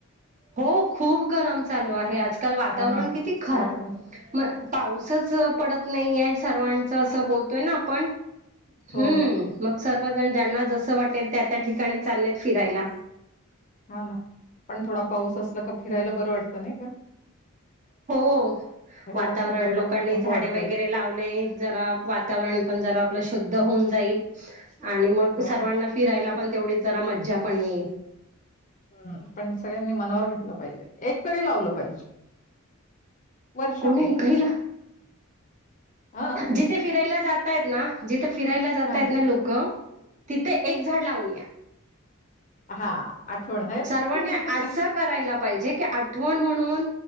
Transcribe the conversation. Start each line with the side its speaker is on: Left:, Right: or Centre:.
Right: हो खूप गरम चालू आहे आजकाल वातावरण
Left: हो ना
Right: किती खरा
Left: वातावरण पण.
Right: म पाऊसच पडत नाही हे सर्वां असं बोलतोय ना आपण हम्म
Left: हो,
Right: मग सर्वजण ज्यांना जसं वाटेल त्या त्या ठिकाणी चाललेत फिरायला.
Left: हा ना पण थोडा पाऊस असला का फिरायला बरं वाटतं नाही का
Right: हो
Left: हे
Right: वातावरण
Left: असं गरमाटात
Right: लोकांनी
Left: नको
Right: झाडे
Left: वाटतं.
Right: वगैरे लावले जरा वातावरण पण जरा आपलं शुद्ध होऊन जाईल आणि मग
Left: हो
Right: सर्वांना
Left: ना.
Right: फिरायला पण तेवढीच जरा मज्जा पण येईल
Left: हम् पण सगळ्यांनी मनावर घेतलं पाहिजे एक तरी लावलं पाहिजे. वर्षात
Right: कोणी
Left: एकच
Right: घईला
Left: हा
Right: जिथे फिरायला जातयत ना जिथे फिरायला जातायेत
Left: हां,
Right: ना लोक तिथे एक झाड लावून या
Left: हा आठवण है
Right: सर्वांनी असं
Left: <inaudible>
Right: करायला पाहिजे की आठवण म्हणून